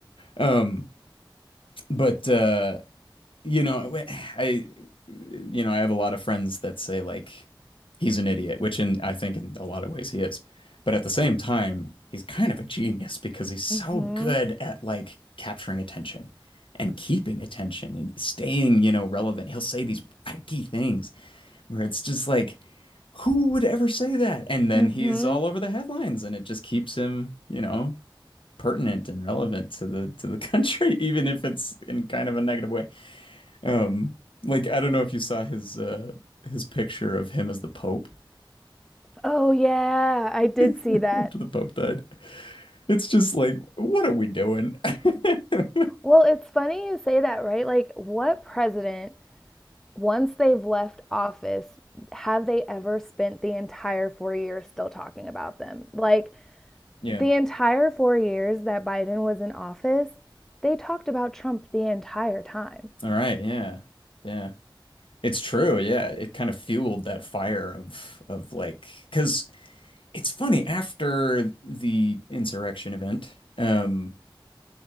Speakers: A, on the left (about 80°); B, in the centre.
A: Um, but uh, you know, I, you know, I have a lot of friends that say like he's an idiot, which in I think in a lot of ways he is. But at the same time, he's kind of a genius because he's so
B: <laughs>
A: good at like capturing attention and keeping attention and staying, you know, relevant. He'll say these wacky things where it's just like Who would ever say that? And then
B: mhm.
A: he's all over the headlines and it just keeps him, you know, pertinent and relevant to the to the country, <laughs> even if it's in kind of a negative way. Um, like I don't know if you saw his uh his picture of him as the Pope
B: Oh yeah, I
A: <laughs>
B: did see that.
A: after the Pope died. It's just like, what are we doing? <laughs>
B: Well, it's funny you say that, right? Like what president once they've left office have they ever spent the entire 4 years still talking about them? Like
A: Yeah.
B: the entire 4 years that Biden was in office, they talked about Trump the entire time.
A: All right. Yeah. Yeah. It's true. Yeah. It kind of fueled that fire of of like because it's funny after the insurrection event. Um,